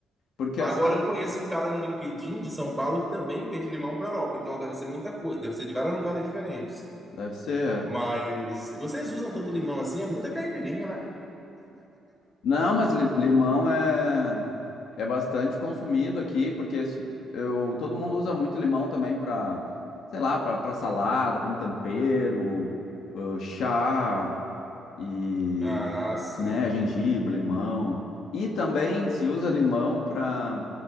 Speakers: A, on the left; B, in the centre.
A: Porque
B: Agora
A: assim,
B: eu conheço um cara no LinkedIn de São Paulo que também vende limão para a Europa, então deve ser muita coisa, deve ser de vários lugares diferentes.
A: deve ser.
B: Mas
A: é.
B: vocês usam tanto limão assim? É muita caipirinha, né?
A: Não, mas lim- limão é é bastante consumido aqui, porque se- eu todo mundo usa muito limão também para, sei lá, para salada, como tempero, ãh, chá e,
B: Ah, sim.
A: né, gengibre, limão. E também se usa limão para